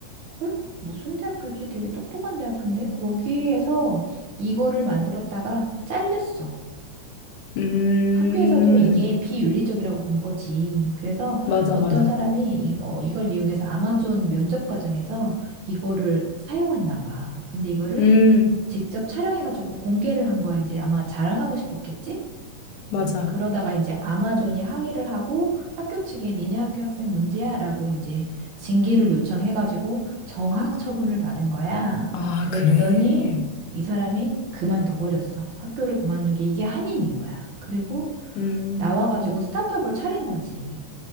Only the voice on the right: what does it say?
헐? 무슨 대학교지? 되게 똑똑한 대학교인데 거기에서 이거를 만들었다가 잘렸어.
학교에서도 이게 비윤리적이라고 본 거지. 그래서
어떤
사람이 이거, 이걸 이용해서 아마존 면접 과정에서 이거를 사용했나 봐. 근데 이거를
직접 촬영해가지고 공개를 한 거야. 이제 아마 자랑하고 싶었겠지?
그러다가 이제 아마존이 항의를 하고 학교 측에 니네 학교 학생 문제야라고 이제 징계를 요청해가지고 정학 처분을 받은 거야.
그랬더니
이 사람이 그만둬 버렸어. 학교를 그만두게 이게 한인인 거야. 그리고
나와가지고 스타트업을 차린 거지.